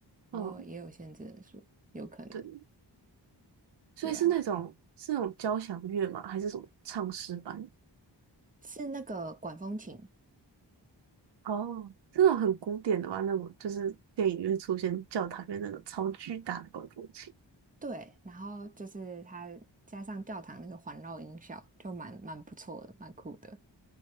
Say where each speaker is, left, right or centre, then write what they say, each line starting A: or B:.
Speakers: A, on the right (about 20°); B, on the right (about 65°).
A: 哦，
B: 嗯，
A: 也有限制人数，有可能。
B: 对，所以是那种是那种交响乐吗？
A: 对啊。
B: 还是什么唱诗班？
A: 是那个管风琴，
B: 哦，这种很古典的吧？那种就是电影里面出现教堂里面那种超巨大的管风琴。
A: 对，然后就是它加上教堂那个环绕音效，就蛮蛮不错的，蛮酷的，